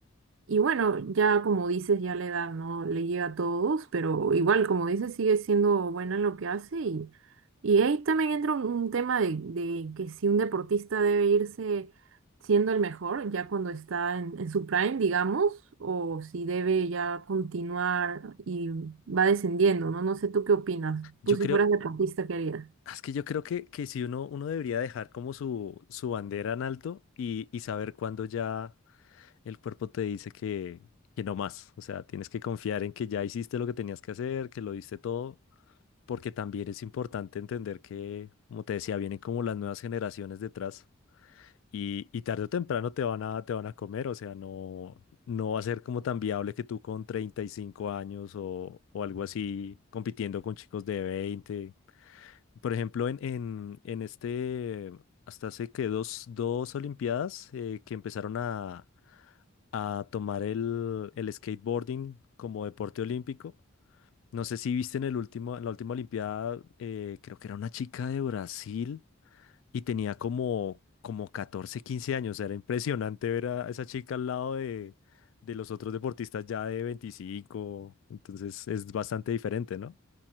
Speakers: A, on the right; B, on the left.
A: y bueno, ya como dices, ya la edad no le llega a todos, pero igual, como dices, sigue siendo buena en lo que hace. Y, y ahí también entra un, un tema de, de que si un deportista debe irse siendo el mejor, ya cuando está en, en su prime, digamos, o si debe ya continuar y va descendiendo, ¿no? No sé, ¿tú qué opinas?
B: Yo
A: Tú si
B: creo,
A: fueras deportista, ¿qué harías?
B: es que yo creo que, que si uno, uno debería dejar como su, su bandera en alto y, y saber cuándo ya el cuerpo te dice que, que no más. O sea, tienes que confiar en que ya hiciste lo que tenías que hacer, que lo diste todo, porque también es importante entender que, como te decía, vienen como las nuevas generaciones detrás Y, y tarde o temprano te van a, te van a comer, o sea, no, no va a ser como tan viable que tú con 35 años o, o algo así compitiendo con chicos de veinte Por ejemplo, en, en, en este, hasta hace que dos, dos Olimpiadas eh, que empezaron a, a tomar el, el skateboarding como deporte olímpico. No sé si viste en el último, en la última Olimpiada, eh, creo que era una chica de Brasil y tenía como, como 14 15 años. Era impresionante ver a esa chica al lado de, de los otros deportistas ya de veinticinco Entonces es bastante diferente, ¿no?